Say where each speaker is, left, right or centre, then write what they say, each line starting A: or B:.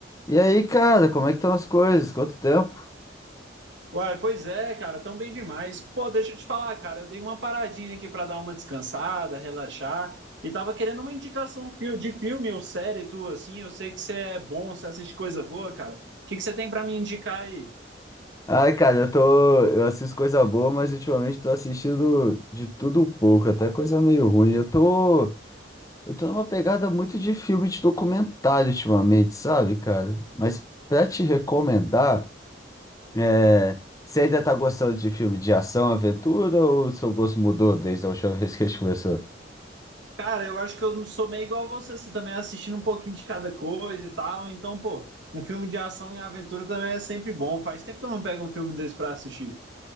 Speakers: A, on the left (about 20°); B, on the right (about 75°).
A: E aí, cara, como é que estão as coisas? Quanto tempo?
B: Uai, pois é, cara, tão bem demais. Pô, deixa eu te falar, cara, eu dei uma paradinha aqui pra dar uma descansada, relaxar, e tava querendo uma indicação fil- de filme ou série tu assim, eu sei que você é bom, você assiste coisa boa, cara. O que que você tem pra me indicar aí?
A: Ai, cara, eu tô, eu assisto coisa boa, mas ultimamente tô assistindo de tudo um pouco, até coisa meio ruim. Eu tô, eu tô numa pegada muito de filme de documentário ultimamente, sabe, cara? Mas pra te recomendar, é, você ainda tá gostando de filme de ação, aventura ou seu gosto mudou desde a última <laughs> vez que a gente conversou?
B: Cara, eu acho que eu não sou meio igual a você, você também é assistindo um pouquinho de cada coisa e tal, então, pô, um filme de ação e aventura também é sempre bom. Faz tempo que eu não pego um filme desse pra assistir.